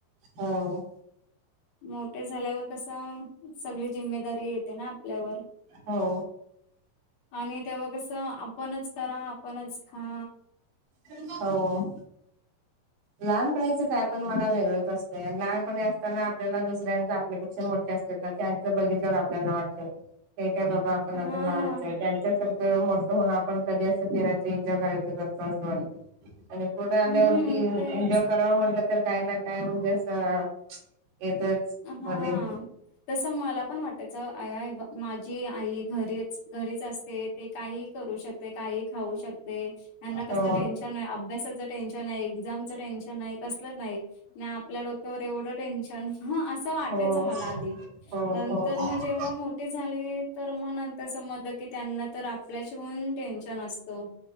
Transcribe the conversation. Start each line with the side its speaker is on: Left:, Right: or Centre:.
Right: हो.
Left: मोठे झाल्यावर कसं, सगळी जिम्मेदारी, येते ना आपल्यावर.
Right: हो.
Left: आणि तेव्हा कसं, आपणच करा, आपणच खा.
Right: <unintelligible> हो. लहानपणीचं काय पण म्हणा, वेगळंच असतंय. लहानपणी असताना आपल्याला दुसऱ्यांच आपल्यापेक्षा, मोठ्या अस त्यांच बघितल्यावर, आपल्याना वाटतं. हे काय बाबा, आपण अजून
Left: हा
Right: लहानचय.
Left: ना
Right: त्यांच्या सारख खं मोठं होऊन, आपण कधी असं फिरायच. एन्जॉय करायचं - करतो असं वाटतं. आणि पुढं आल्यावरती
Left: हम्म तेच
Right: करावं म्हटलं, तर काय ना काय म्हणजे असं, <unintelligible> येतच.
Left: हं.
Right: मध्ये
Left: तसं मला पण वाटायचं. आ ई बा माझी आई घरीच -घरीच असते. ते काही करू शकते. काहीही खाऊ शकते. त्यांना कसलं
Right: हो
Left: टेन्शन नाही. अभ्यासाच टेन्शनय. एक्झामचं टेन्शन नाही. कसलं नाही. नी आपल्या डोक्यावर एवढं टेन्शन. ह. असं, वाटायचं
Right: हो
Left: मला आधी.
Right: हो हो
Left: नंतर मग जेव्हा मोठी झाली. तर मग नंतर समजलं की, त्यांना तर आप आपल्या शिवून टेन्शन असतो.